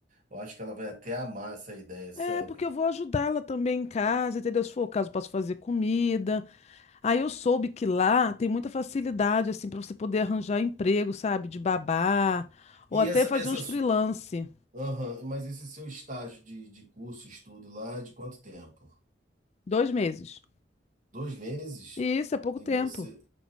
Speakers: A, on the right (about 45°); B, on the left (about 35°).
A: eu acho que ela vai até amar essa ideia, sabe?
B: É, porque eu vou ajudá-la também em casa, entendeu? Se for o caso, posso fazer comida. Aí eu soube que lá tem muita facilidade, assim, para você poder arranjar emprego, sabe, de babá, ou
A: E
B: até
A: essa,
B: fazer
A: essa,
B: uns freelance,
A: Aham, Mas esse seu estágio de, de curso, estudo lá, é de quanto tempo?
B: dois meses.
A: Dois meses?
B: E isso é pouco
A: E
B: tempo.
A: você.